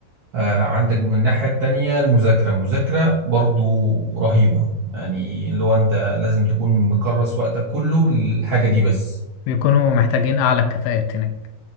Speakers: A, on the right (about 65°); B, on the left (about 80°).
A: آه عندك من الناحية التانية المذاكرة المذاكرة برضو رهيبة يعني اللي هو انت لازم تكون مكرس وقتك كله للحاجة دي بس
B: بيكونوا محتاجين أعلى الكفاءات هناك